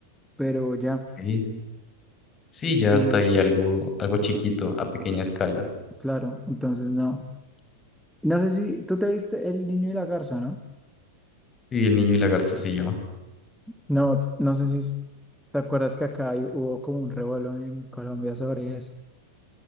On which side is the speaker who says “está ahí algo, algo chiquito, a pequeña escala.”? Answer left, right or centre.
Left